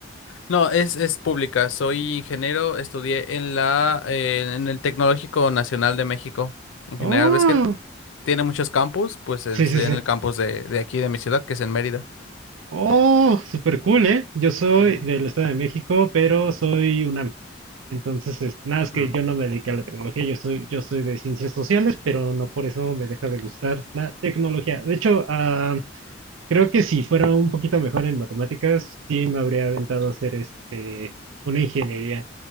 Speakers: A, on the left; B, on the right.
A: No, es, es pública. Soy ingeniero, estudié en la, eh, en el Tecnológico Nacional de México. En
B: Oh,
A: general, ves que tiene muchos campus, pues eh,
B: sí,
A: estudié
B: sí, sí.
A: en el campus de, de aquí, de mi ciudad, que es en Mérida.
B: Oh, super cool, ¿eh? Yo soy
A: Ujú.
B: del Estado de México, pero soy UNAM. Entonces, es- nada, es que
A: Mm.
B: yo no me dediqué a la tecnología, yo soy, yo soy de ciencias sociales, pero no por eso me deja de gustar la tecnología. De hecho, ah, Creo que si fuera un poquito mejor en matemáticas, sí me habría aventado a hacer este una ingeniería.